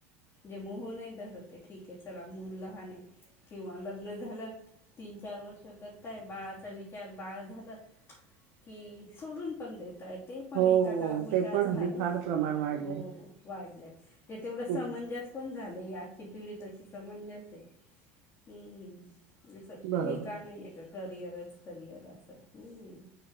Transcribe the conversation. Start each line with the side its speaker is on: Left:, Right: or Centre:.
Left: जे मोह नाही धरतये ठीक आहे चला मूल लहाने किंवा लग्न झालं तीन चार वर्ष करताय बाळाचा विचार बाळ झालं की सोडून पण देत आहेत. ते पण
Right: हो, हो.
Left: एक आता म्हणजे
Right: ते
Left: आ
Right: पण
Left: झालंय
Right: हल्ली फार
Left: तेवढं
Right: प्रमाण
Left: आता
Right: वाढलंय.
Left: हो हो वाढलंय. ते तेवढं
Right: खूप
Left: समंजस पण झालंय आजची पिढी तशी समंजस आहे हम्म. असं
Right: बरोबर,
Left: हे का नाही आहे का करिअरच करिअर असं हम्.